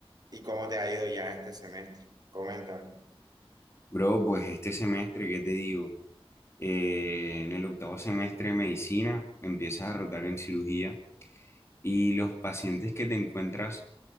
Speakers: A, on the right; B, on the left.
A: y cómo te ha ido ya este semestre. Coméntame.
B: Bro, pues este semestre, ¿qué te digo? Eh, en el octavo semestre de medicina empiezas a rotar en cirugía y los pacientes que te encuentras